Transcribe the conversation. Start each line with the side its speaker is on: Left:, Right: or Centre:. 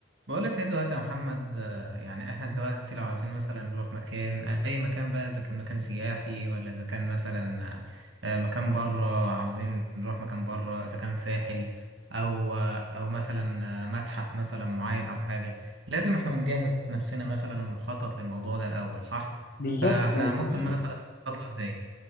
Right: بقولك ايه دلوقتي يا محمد آه، يعني احنا دلوقتي لو عايزين مثلا نروح مكان اي مكان بقى اذا كان مكان سياحي ولا اذا كان مثلا آه، مكان بره عاوزين نروح مكان بره اذا كان ساحل او آه، او مثلا آه، متحف مثلا معين او حاجة لازم احنا بنجهز نفسنا مثلا ونخطط للموضوع ده الاول صح
Left: بالظبط
Right: فاحنا
Left: اه
Right: ممكن
Left: كده يعني.
Right: مثلا نخطط له ازاي